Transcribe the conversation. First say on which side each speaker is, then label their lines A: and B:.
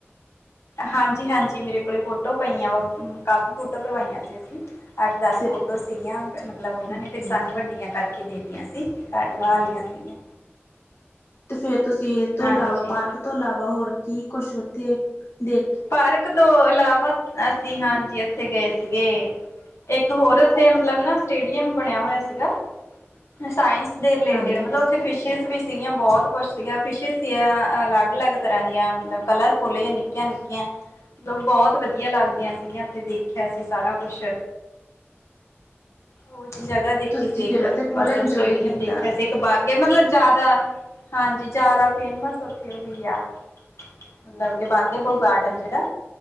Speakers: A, on the left (about 85°); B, on the left (about 65°).
A: ਹਾਂਜੀ-ਹਾਂਜੀ ਮੇਰੇ ਕੋਲ ਫੋਟੋ ਪਈਆਂ ਵਾ ਕਾਫੀ਼ ਫੋਟੋ ਕਰਵਾਈਆਂ ਸੀ ਅਸੀਂ। ਅੱਠ ਦਸ
B: ਤੇ
A: ਫੋਟੋ ਸੀਗੀਆਂ ਮਤਲਬ ਓਨਾਂ
B: ਓਕੇ
A: ਨੇ ਫਿਰ ਸਾਨੂੰ ਵੱਡੀਆਂ ਕਰਕੇ ਦੇ ਤੀ ਦੀ ਅਸੀਂ ਕੱਡਵਾ ਲੀਆਂ ਸੀਗੀਆਂ।
B: ਤੇ ਫੇ਼ਰ ਤੁਸੀਂ ਏ ਤੋਂ
A: ਹਾਂਜੀ
B: ਅਲਾਵਾ ਪਾਰਕ ਤੋਂ ਅਲਾਵਾ ਹੋਰ ਕੀ ਕੁਛ ਓਥੇ ਦੇ
A: ਪਾਰਕ ਤੋਂ ਅਲਾਵਾ ਅਸੀਂ ਹਾਂਜੀ ਓਥੇ ਗਏ ਸੀਗੇ ਇੱਕ ਹੋਰ ਓਥੇ ਮਤਲਬ ਨਾ ਸਟੇਡੀਅਮ ਬਨੇਆ ਹੋਏਆ ਸੀਗਾ। ਸਾਇੰਸ ਦੇ ਰਿਲੇਟਿਡ
B: ਹਾਂਜੀ
A: ਮਤਲਬ ਓਥੇ ਫਿਸ਼ਿਜ਼ ਵੀ ਸੀਗੀਆਂ ਬੋਤ ਕੁਛ ਸੀਗਾ ਫਿਸ਼ਿਸ ਸੀਆਂ ਅਲੱਗ-ਅਲੱਗ ਤਰ੍ਹਾਂ ਦੀਆਂ ਕਲਰਫੁਲ਼ ਜਾਂ ਨਿੱਕੀਆਂ ਨਿੱ ਕੀਆਂ ਮਤਲਬ ਬੋਤ ਵਦੀਆ ਲੱਗਦੀਆਂ ਸੀਗੀਆਂ ਓਥੇ ਦੇਖੇਆ ਸੀ ਸਾਰਾ ਕੁਛ।
B: <unintelligible>
A: ਓ ਜੀ ਜਗਾ ਦੇਖੀ
B: ਤੁਸੀਂ
A: ਸੀ ਇੱਕ
B: ਫਿਰ ਉੱਥੇ ਫੁੱਲ
A: ਬਸ
B: ਇੰਜੋਏ
A: ਸਟੇਡੀਅਮ
B: ਕੀਤਾ
A: ਦੇਖੇਆ ਸ ਇੱਕ ਬਾਗੇ ਮਤਲਬ ਜਾਦਾ ਹਾਂਜੀ ਜਾਦਾ ਫੇਮਸ ਓਥੇ ਓਹੀ ਆ। ਮਤਲਬ ਕੇ ਬਾਗੇ ਬਹੁੁ ਗਾਰਡਨ ਜੇੜਾ